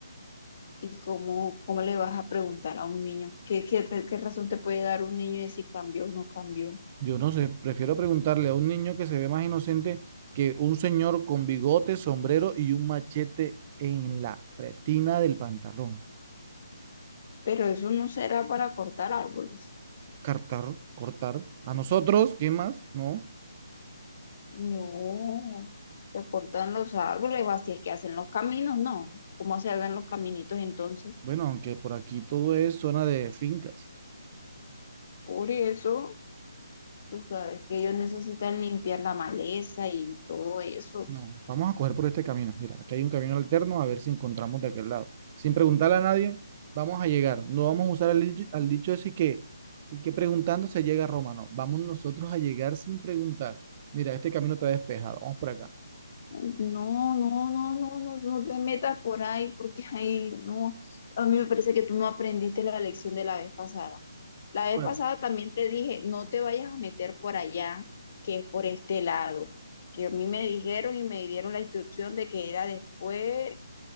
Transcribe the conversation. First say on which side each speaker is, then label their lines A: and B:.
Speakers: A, on the left (about 40°); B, on the right (about 25°).
A: y cómo, cómo le vas a preguntar a un niño? ¿Qué, qué, te- qué razón te puede dar un niño de si cambió o no cambió?
B: Yo no sé, prefiero preguntarle a un niño que se ve más inocente que un señor con bigote, sombrero y un machete en la pretina del pantalón.
A: Pero eso no será para cortar árboles.
B: Cortar, cortar. A nosotros, ¿qué más? No.
A: No, se cortan los árboles, o así es que hacen los caminos, no. ¿Cómo se hagan los caminitos entonces?
B: Bueno, aunque por aquí todo es zona de fincas.
A: Por eso, tú sabes que ellos necesitan limpiar la maleza y todo eso.
B: No, vamos a coger por este camino. Mira, aquí hay un camino alterno, a ver si encontramos de aquel lado. Sin preguntarle a nadie, vamos a llegar. No vamos a usar el, dicho- al dicho ese que, y que preguntando se llega a Roma. No, vamos nosotros a llegar sin preguntar. Mira, este camino está despejado. Vamos por acá.
A: No, no, no, no, no, no te metas por ahí porque ahí no. A mí me parece que tú no aprendiste la lección de la vez pasada. La vez
B: Bueno,
A: pasada también te dije, no te vayas a meter por allá, que es por este lado. Que a mí me dijeron y me dieron la instrucción de que era después